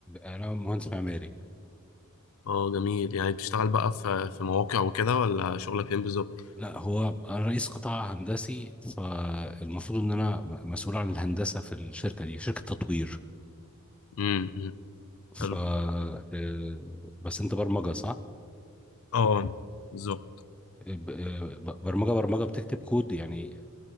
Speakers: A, in the centre; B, on the left.
A: انا مهندس معماري
B: اه جميل يعني بتشتغل بقى في في مواقع وكده ولا شغلك فين بالظبط؟
A: لا هو انا رئيس قطاع هندسي فالمفروض ان انا م- مسؤول عن الهندسه في الشركه دي شركه تطوير
B: امم
A: ف
B: حلو
A: آه، بس انت برمجه صح
B: اه بالظبط
A: ب- آه، ب- برمجه برمجه بتكتب كود يعني